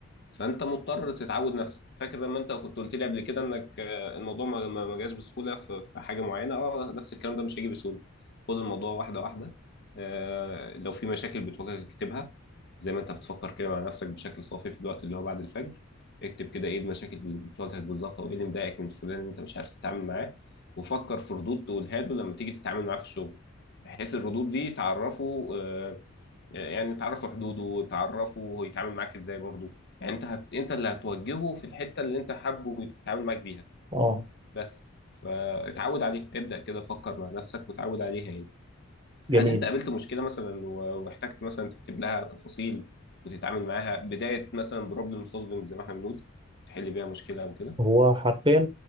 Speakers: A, on the left; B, on the right.
A: فانت مضطر تتعود نفسك فاكر لما انت كنت قلت لي قبل كده انك آه، الموضوع ما ما- ما جاش بسهوله في في حاجه معينه اه نفس الكلام ده مش هيجي بسهوله خد الموضوع واحده واحده آه، لو في مشاكل بتواجهك اكتبها زي ما انت بتفكر كده مع نفسك بشكل صافي في الوقت اللي هو بعد الفجر اكتب كده ايه المشاكل اللي بتواجهك بالظبط او ايه اللي مضايقك من فلان اللي انت مش عارف تتعامل معاه وفكر في ردود تقولها له لما تيجي تتعامل معاه في الشغل بحيث الردود دي تعرفه آه، يعني تعرفوا حدوده وتعرفوا هو يتعامل معاك ازاي برضه يعني انت هت... انت اللي هتوجهه في الحته اللي انت حابه يتعامل معاك بيها
B: اه
A: بس فاتعود عليها ابدا كده فكر مع نفسك وتعود عليها يعني
B: جميل
A: هل انت قابلت مشكله مثلا و- واحتجت مثلا تكتب لها تفاصيل وتتعامل معاها بدايه مثلا بروبلم سولفنج زي ما احنا بنقول تحل بيها مشكله او كده
B: هو حرفيا